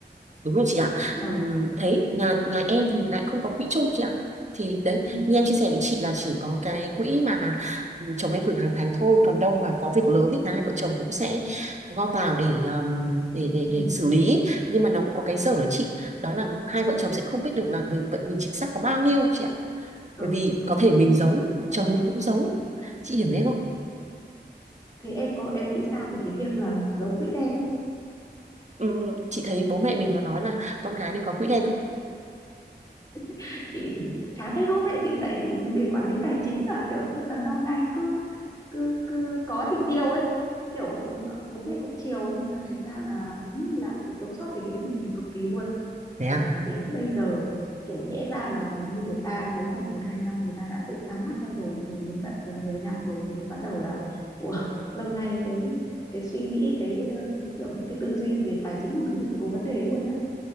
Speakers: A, on the right; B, on the left.
A: đúng rồi chị ạ
B: nhỉ
A: Ừm, thấy nhà nhà em thì lại không có quỹ chung chị ạ thì đấy
B: ừ
A: như em chia sẻ với chị là chỉ có cái quỹ mà ừm, chồng em gửi hàng tháng thôi còn đâu mà có việc lớn thì cả hai vợ chồng cũng sẽ gom vào để ừm, để để
B: ừ
A: để xử lý nhưng mà nó cũng có cái dở đó chị đó là hai vợ chồng sẽ không biết được là mình vậy mình chính xác có bao nhiêu chị ạ
B: ừ
A: bởi vì
B: đúng
A: có thể mình giấu chồng mình cũng giấu chị hiểu em không
B: thế em có em nghĩ sao về cái việc là giấu quỹ đen
A: Ừm, chị thấy bố mẹ mình có nói là con gái nên có quỹ đen
B: <laughs> chị thì chả thấy bố mẹ chị dạy chị về quản lý tài chính là kiểu như là lâu nay cứ cứ cứ có thì tiêu ấy kiểu bố mẹ cũng chiều nhưng mà thành ra là đúng là mình thiếu sót về cái vấn đề này cực kỳ luôn
A: Thế à?
B: mà đến bây giờ kiểu nhẽ ra là người như người ta lấy chồng một hai năm người ta đã tự sáng mắt ra rồi mình đến tận gần 10 năm rồi thì mới bắt đầu là ủa <laughs> lâu nay cái cái suy nghĩ cái, ờ, cái kiểu như cái tư duy về tài chính của mình thực sự có vấn đề luôn á